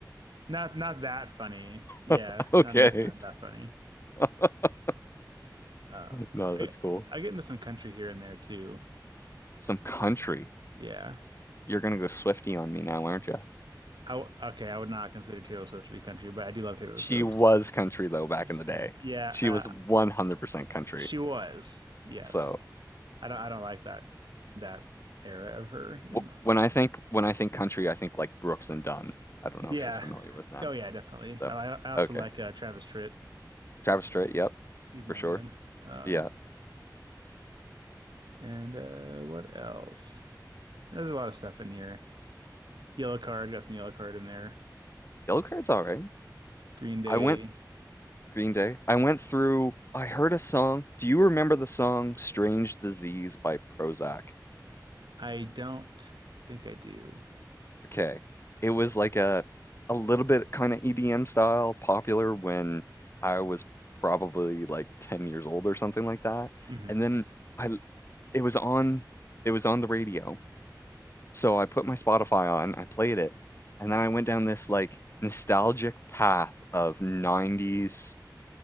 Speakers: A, on the right; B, on the left.
A: Not not that funny. Yeah,
B: <laughs> okay.
A: not not not that funny.
B: <laughs>
A: Uh,
B: no,
A: I
B: that's cool.
A: I get into some country here and there too.
B: Some country.
A: Yeah.
B: You're going to go Swiftie on me now, aren't you?
A: I w okay, I would not consider Taylor Swift to be country, but I do love Taylor
B: She
A: Swift.
B: was country though back
A: Sh-
B: in the day.
A: Yeah,
B: She
A: uh,
B: was 100% country.
A: she was. Yes.
B: So,
A: I don't I don't like that that era of her in
B: Wh-
A: my
B: When I think when I think country, I think like Brooks and Dunn. I don't know
A: Yeah.
B: if you're familiar with them.
A: Oh yeah, definitely.
B: So,
A: I I also
B: okay.
A: like uh, Travis Tritt.
B: Travis Strait, yep,
A: He's my
B: for sure.
A: man. Um,
B: Yeah.
A: And uh, what else? There's a lot of stuff in here. Yellow card, got some yellow card in there.
B: Yellow Card's all right.
A: Green Day.
B: I went Green Day. I went through I heard a song. Do you remember the song Strange Disease by Prozac?
A: I don't think I do.
B: Okay. It was like a a little bit kind of EDM style, popular when I was probably like 10 years old or something like that.
A: hmm
B: And then I it was on it was on the radio So I put my Spotify on, I played it, and then I went down this like nostalgic path of 90s